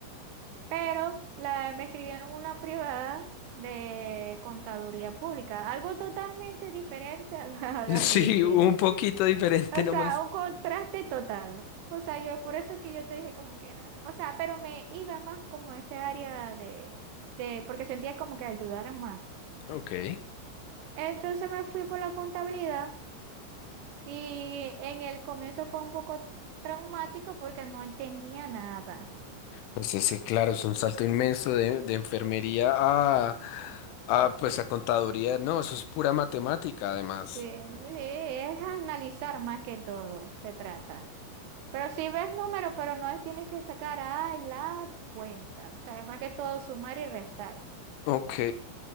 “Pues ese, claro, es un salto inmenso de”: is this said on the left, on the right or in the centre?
Left